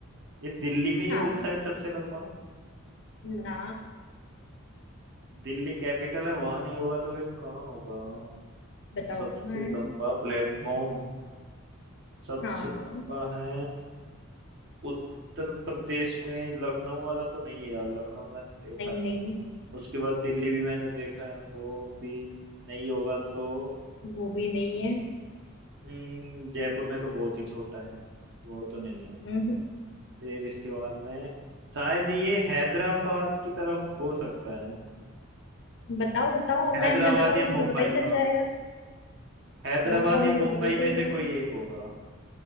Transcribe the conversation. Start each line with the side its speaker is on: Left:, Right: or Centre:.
Right: ये दिल्ली में ही
Left: हाँ
Right: होगा शायद सबसे लंबा
Left: ना
Right: दिल्ली कैपिटल है वहां नहीं होगा तो फिर कहाँ होगा
Left: बताओ
Right: सबसे
Left: कहाँ है
Right: लंबा प्लेटफॉर्म सबसे
Left: हाँ
Right: लंबा है उत्तर प्रदेश में लखनऊ वाला तो नहीं है यार लखनऊ मैंने देखा
Left: नहीं
Right: है
Left: नहीं
Right: उसके बाद दिल्ली भी मैंने देखा है वो भी नहीं होगा तो
Left: वो भी नहीं है
Right: हम्म, जयपुर में तो बहुत ही छोटा है वो तो नहीं है
Left: हम्म
Right: फिर इसके बाद में शायद ये हैदराबाद की तरफ हो सकता है
Left: बताओ बताओ अब
Right: हैदराबाद
Left: मैं मैं बताऊंगी
Right: या मुंबई
Left: तो पता ही चल
Right: का
Left: जाएगा
Right: हैदराबाद
Left: मैं बताऊंगी
Right: या मुंबई
Left: तो पता ही चल
Right: में
Left: जाएगा
Right: से कोई एक होगा